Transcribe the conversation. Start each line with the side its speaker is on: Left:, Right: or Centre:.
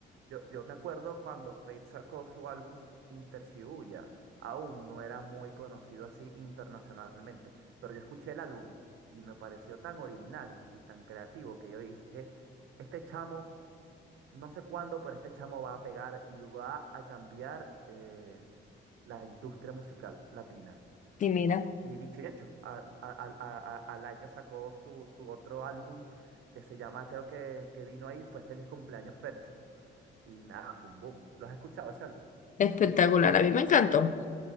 Right: Yo, yo me acuerdo cuando Fate sacó su álbum Inter Shibuya, aún no era muy conocido así internacionalmente, pero yo escuché el álbum y me pareció tan original y tan creativo que yo dije, este chamo, no sé cuándo, pero este chamo va a pegar y va a cambiar eh, la industria musical latina.
Left: Y mira,
Right: Y dicho y hecho, a- a- al a- a- al año sacó su, su otro álbum que se llama, creo que el que vino ahí fue Feliz Cumpleaños Fercho. Y nada, fue un boom. ¿Lo has escuchado ese álbum?
Left: espectacular. A mí me encantó.